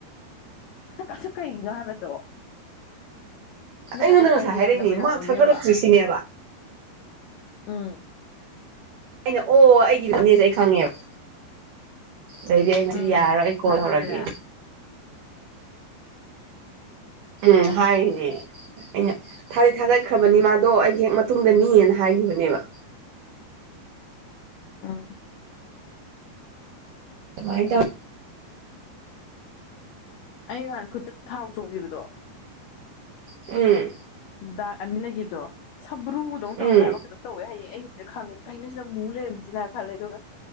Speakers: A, on the left; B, on the right.
A: ꯀꯁꯨ ꯀꯩꯅꯣ ꯍꯥꯏꯕꯗꯣ ꯅ
B: ꯑꯩꯉꯣꯟꯗ
A: ꯀꯩꯗꯣ
B: ꯉꯁꯥꯏ
A: ꯀꯔꯤ
B: ꯍꯥꯏꯔꯛꯏꯅꯦ
A: ꯌꯥꯗꯕ
B: ꯃꯥꯛ
A: ꯌꯥꯎꯔꯒꯦꯕ
B: ꯊꯥꯒꯠꯂꯛꯇ꯭ꯔꯤ ꯁꯤꯅꯦꯕ
A: ꯎꯝ
B: ꯑꯩꯅ ꯑꯣ ꯑꯩꯒꯤ ꯂꯝꯅꯦꯁꯦ ꯑꯩ ꯈꯪꯉꯦꯕ ꯑꯗꯨꯗꯩꯗꯤ ꯑꯩ ꯁꯤꯗꯤ
A: ꯎꯝ
B: ꯌꯥꯔꯣꯏ ꯑꯩ ꯀꯣꯟ
A: ꯅ
B: ꯍꯧꯧꯔꯒꯦ
A: ꯍꯥꯏꯔꯦ
B: ꯎꯝ ꯍꯥꯏꯦꯩꯅ ꯊꯥꯗꯤꯠ ꯊꯥꯒꯠꯈ꯭ꯔꯕꯅꯤ ꯃꯥꯗꯣ ꯑꯩꯒꯤ ꯍꯦꯛ ꯃꯇꯨꯡꯗꯅꯤꯑꯅ ꯍꯥꯏꯈꯤꯕꯅꯦꯕ
A: ꯑ
B: ꯗ
A: ꯑꯩ ꯍ ꯈꯨꯠꯇ ꯊꯥꯎ ꯆꯣꯡꯈꯤꯕꯗꯣ
B: ꯎꯝ
A: ꯗꯥꯛ ꯑꯅꯤ ꯂꯩꯈꯤꯕꯗꯣ ꯁꯝꯕ꯭ꯔꯨꯗꯧ ꯇꯧꯔꯦ
B: ꯎꯝ
A: ꯍꯥꯏꯕꯝ ꯇꯧꯋꯦ ꯍꯌꯦꯡ ꯑꯩ ꯑꯗ ꯈꯪꯉꯦ ꯀꯩꯅ ꯁꯤꯗ ꯑꯃꯨꯛ ꯂꯩꯔꯝꯁꯤꯅ ꯈꯜꯂꯦ ꯑꯗꯨꯒ